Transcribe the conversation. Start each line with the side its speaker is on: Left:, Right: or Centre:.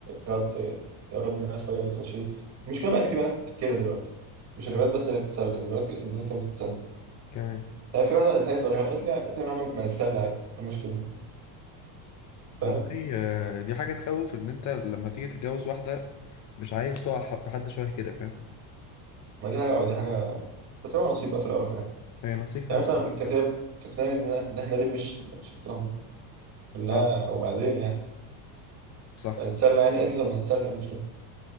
Right: يقعد- يقرب منها شوية ولا يخش دي. المشكلة بقى إن في بنات كده دلوقتي مش الولاد
Left: اه
Right: بس اللي بتتسلى الولاد ك... البنات كانت بتتسلى
Left: كمان
Right: يعني في واحدة قالت لي صريحة قالت لي قالت لي يا محمد ما نتسلى عادي إيه المشكلة فاهم
Left: والله آه، دي حاجة تخوف إن أنت لما تيجي تتجوز واحدة مش عايز تقع ح- في حد شبه كده فاهم
Right: ما دي حاجة ودي حاجة بس هو نصيب بقى في الأول وفي الآخر
Left: هي نصيفة
Right: يعني مثلا كتاب تقنعني إن إن إحنا ليه مش مش بنفهم لا
Left: اه
Right: وبعدين يعني
Left: صح
Right: نتسلى يعني قالت لي طب ما نتسلى إيه المشكلة